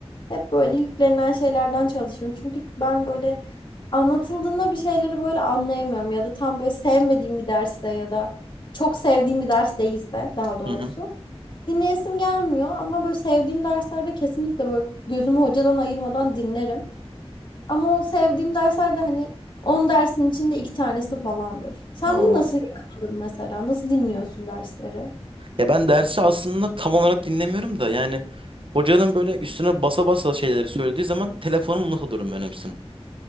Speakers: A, on the left; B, on the right.
A: Hep böyle yüklenilen şeylerden çalışıyorum. Çünkü ben böyle anlatıldığında bir şeyleri böyle anlayamıyorum. Ya da tam böyle sevmediğim bir derste ya da çok sevdiğim bir ders değilse daha doğrusu.
B: Hı hı.
A: Dinleyesim gelmiyor ama böyle sevdiğim derslerde kesinlikle böyle gözümü hocadan ayırmadan dinlerim. Ama o sevdiğim dersler de hani 10 dersin içinde iki tanesi falandır. Sen
B: Oo.
A: bunu nasıl yakaladın mesela? Nasıl dinliyorsun dersleri?
B: Ya ben dersi aslında tam olarak dinlemiyorum da yani hocanın böyle üstüne basa basa şeyleri söylediği zaman telefonumu not alıyorum ben hepsini.